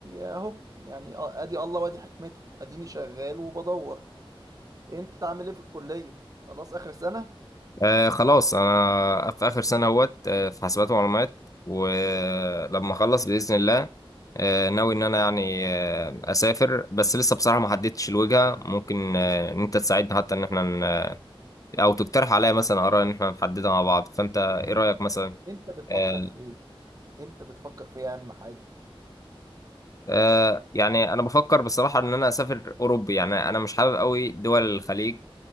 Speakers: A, on the right; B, on the left.
A: اهو يعني آه، ادي الله وادي حكمته اديني شغال وبدور انت عامل ايه في الكلية خلاص اخر سنة
B: آه خلاص انا في اخر سنه اهوت آه، في حاسبات ومعلومات ولما اخلص باذن الله آه ناوي ان انا يعني آه اسافر بس لسه بصراحه ما حددتش الوجهه ممكن آه ان انت تساعدني حتى ان احنا او تقترح عليا مثلا اراء ان احنا نحددها مع بعض فانت ايه رايك مثلا
A: انت بتفكر
B: آه
A: في ايه انت بتفكر في ايه اهم حاجة
B: آه يعني انا بفكر بصراحه ان انا اسافر اوروبي يعني انا مش حابب قوي دول الخليج